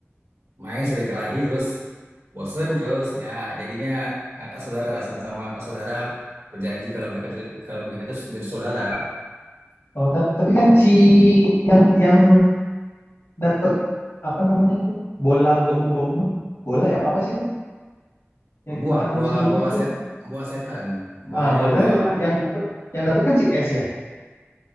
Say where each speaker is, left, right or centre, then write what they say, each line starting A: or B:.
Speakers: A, on the right (about 75°); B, on the left (about 80°).
A: main sudah gelahi terus bosen terus ya jadinya kakak saudara lah sama-sama kakak saudara berjanji kalau mereka tuh- kalau mereka itu jadi saudara
B: oh tap- tapi kan si yang yang dapat apa namanya tuh bola gomu-gomu bola ya apa apa sih itu yang dimakan
A: buah
B: sama
A: buah
B: si Luffy
A: buah
B: itu
A: set buah setan buahnya
B: ah bahasanya
A: buah
B: yang, yang dapat yang dapat kan si S ya